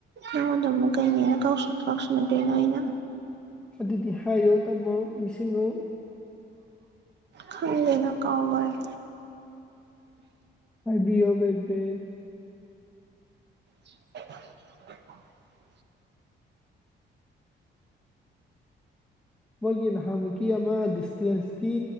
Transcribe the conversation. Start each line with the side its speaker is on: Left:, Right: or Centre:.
Right: ꯏ ꯍꯗ ꯑꯃꯨꯒꯥꯏꯅꯤꯅꯁꯤ ꯀꯥꯎꯁꯤꯅ ꯂꯩꯅꯉꯏꯅ
Centre: ꯑꯗꯨꯗꯤ ꯍꯥꯏꯌꯣ ꯇꯥꯃꯣ ꯃꯤꯁꯤꯡꯁꯤꯡꯉꯣ
Right: ꯈꯪ ꯂꯩꯅ ꯀꯥꯎꯥꯎꯒꯔꯦ
Centre: ꯑꯕꯤ ꯑꯣꯕꯠꯕꯠ
Right: <unintelligible> <inaudible>
Centre: ꯃꯣꯏꯒꯤ ꯅꯍꯥꯟꯃꯨꯛꯀꯤ ꯑꯃ ꯗꯤꯁꯇꯦꯟꯁꯀꯤ